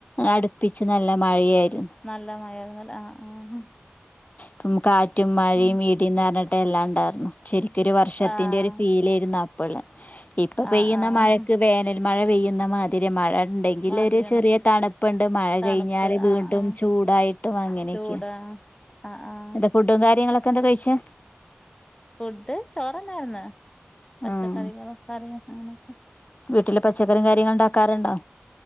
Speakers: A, on the left (about 40°); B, on the left (about 20°).
A: അടുപ്പിച്ച് നല്ല മഴയായിരു
B: നല്ല മയാര്ന്ന്ലെ ആഹ് ആഹ്
A: പ്പം കാറ്റും മഴയും
B: ഉം
A: ഈടിയുംന്നർഞ്ഞിട്ടെ എല്ലാംണ്ടായിരുന്നു. ശരിക്കരു വർഷത്തിന്റെ
B: ആഹ്
A: ഒരു ഫീലേരുന്നുഅപ്പള് ഇപ്പൊ
B: ആഹ്
A: പെയ്യുന്ന
B: ആഹ്
A: മഴ വേനൽ മഴ പെയ്യുന്ന മാ ത്തിരി മഴ ഇണ്ടെങ്കില്
B: മാതിരിയാണ്
A: ഒരു ചെറിയ തണുപ്പ്ണ്ട് മഴ
B: തണുപ്പ്
A: കഴിഞ്ഞാല് വീണ്ടും
B: ആഹ് ആഹ്
A: ചൂടായിട്ടും അങ്ങനെയൊക്കെ
B: ചൂടാ ആഹ് അഹ് ആഹ്
A: ഫുഡും കാര്യങ്ങളൊക്കെ എന്താ കഴിച്ചേ?
B: ഫുഡ് ചോറ്ന്നായ്‌ര്ന്ന് പച്ചക്കറികളും
A: ഉം
B: കറിയും അങ്ങനെയൊക്കെ
A: വീട്ടില് പച്ചക്കറിം കാര്യങ്ങളും ണ്ടാക്കാറുണ്ടോ?